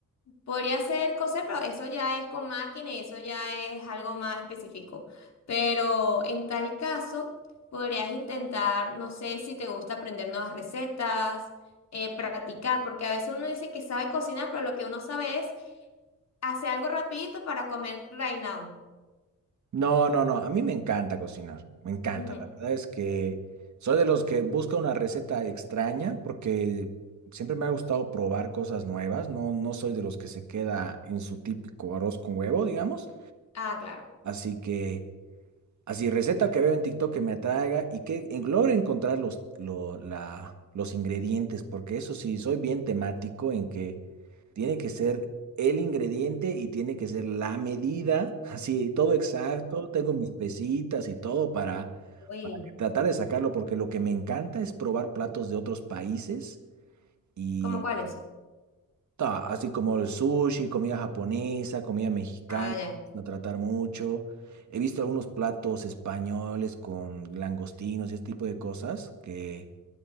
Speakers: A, on the left (about 55°); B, on the right (about 60°).
A: Podría ser coser, pero eso ya es con máquina y eso ya es algo más específico. Pero en tal caso, podrías intentar, no sé si te gusta aprender nuevas recetas, eh, practicar, porque a veces uno dice que sabe cocinar, pero lo que uno sabe es hacer algo rapidito para comer right now.
B: No, no, no, a mí me encanta cocinar, me encanta.
A: Ujú.
B: La verdad es que soy de los que busca una receta extraña porque siempre me ha gustado probar cosas nuevas, no, no soy de los que se queda en su típico arroz con huevo, digamos.
A: Ah, claro.
B: Así que... Así, receta que veo en TikTok que me atraiga y que en- logre encontrar los, lo- la- los ingredientes, porque eso sí, soy bien temático en que tiene que ser el ingrediente y tiene que ser la medida, <laughs> así, todo exacto, tengo mis pesitas y todo para,
A: Uy,
B: para que tratar de sacarlo, porque lo que me encanta es probar platos de otros países y
A: ¿cómo cuáles?
B: Ta, así como el sushi, comida japonesa, comida mexicana,
A: Ah, ya.
B: no tratar mucho. He visto algunos platos españoles con langostinos y ese tipo de cosas que